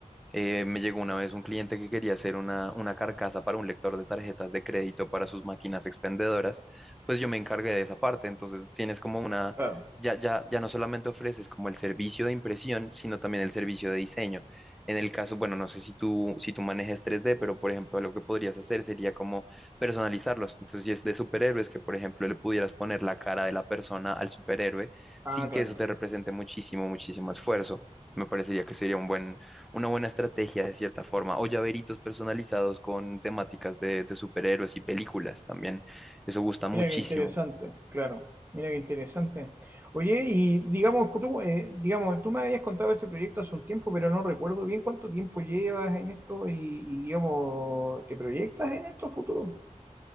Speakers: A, in the centre; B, on the right.
A: eh, me llegó una vez un cliente que quería hacer una, una carcasa para un lector de tarjetas de crédito para sus máquinas expendedoras, pues yo me encargué de esa parte, entonces tienes como una,
B: Claro.
A: ya, ya, ya no solamente ofreces como el servicio de impresión, sino también el servicio de diseño. En el caso, bueno, no sé si tú, si tú manejes tres d pero por ejemplo, lo que podrías hacer sería como personalizarlos. Entonces, si es de superhéroes, que por ejemplo le pudieras poner la cara de la persona al superhéroe
B: Ah,
A: sin
B: claro.
A: que eso te represente muchísimo, muchísimo esfuerzo. Me parecería que sería un buen una buena estrategia de cierta forma, o llaveritos personalizados con temáticas de, de superhéroes y películas también. Eso gusta muchísimo.
B: Mira qué interesante, claro. Mira qué interesante. Oye, y digamos, tú, eh, digamos, tú me habías contado este proyecto hace un tiempo, pero no recuerdo bien cuánto tiempo llevas en esto y, y, digamos, ¿te proyectas en esto a futuro?